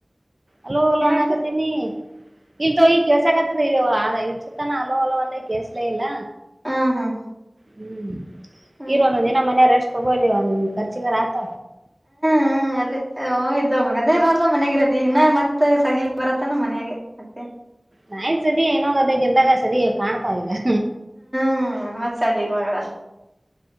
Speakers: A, on the right; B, in the centre.
A: ಅಲೋಲಾಾನಕ
B: ಏನಾಯ್ತು
A: ತಿನ ಇಲ್ತೋ ಈ ಕೇಸಕತ್ತದ ಇಸತನ ಅಲೋ ಹೊಲೋ ಅಂದ ಕೇಸಲೇ ಇಲ್ಲ
B: ಹ ಹಾ
A: ಹ್ಮ್
B: ಹ್ಮ್
A: ಇರುವ ಒಂದಂದು ದಿನ ಮನೆಯಷ್ಟ ಬರಿ ಕರ್ಚಗರತ
B: ಹ್ಮ್ ಅದೇ ಇದ್ದ ಅದೇ ಬಾರ್ದ ಮನ್ಯಾಗ ಇರತ್ತತಿ ಈಗ ನ ಮತ್ತತ್ ಸದ ಬರತ್ತಾನ ಮನ್ಯಾಗೆ ಮತ್ತೆ
A: ನಯನ್ ಸರಿ ಇನ್ನೊಂದು ಅದ ತಿಂತಾಗ ಸರಿ ಕಾಣಪಾಗ
B: ಹ್ಮ್ ಮತ್ಸದ ಮಡ